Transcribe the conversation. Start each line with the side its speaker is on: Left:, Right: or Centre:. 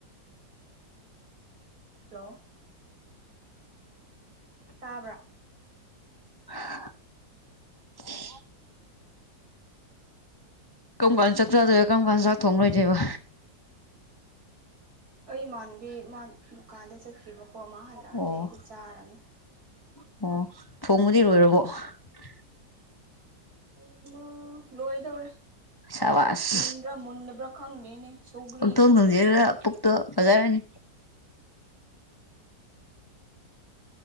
Right: ꯍꯂꯣ ꯇꯥꯕ꯭ꯔꯥ
Left: <inaudible> <unintelligible> ꯀꯔꯝ ꯀꯥꯟꯗ ꯆꯥꯛ ꯆꯥꯗꯣꯏ ꯀꯔꯝ ꯀꯥꯟꯗ ꯆꯥꯛ ꯊꯣꯡꯂꯣꯏ ꯗꯣꯏꯕ
Right: ꯑꯩ ꯏꯃꯥꯟꯅꯕꯤ ꯏꯃ ꯗꯨꯀꯥꯟꯗ ꯆꯠꯈꯤꯕ ꯑꯄꯣ ꯑꯃꯥ ꯍꯜꯂꯛꯑꯗꯤ
Left: ꯑꯣ
Right: ꯑꯩꯗꯤ ꯆꯥꯔꯅꯤ
Left: ꯑꯣ
Right: ꯑꯣꯃ ꯂꯣꯏꯗꯧꯔꯦ
Left: ꯁꯕꯥꯁ
Right: ꯃꯨꯟꯕ꯭ꯔꯥ ꯃꯨꯟꯗꯕ꯭ꯔꯥ ꯈꯪꯗꯦꯅꯦ ꯁꯧꯒ꯭ꯔꯤꯗꯣ
Left: ꯌꯨꯝꯊꯣꯡ ꯊꯣꯡꯁꯤꯔꯒ ꯄꯨꯛꯇꯣ ꯐꯖꯔꯅꯤ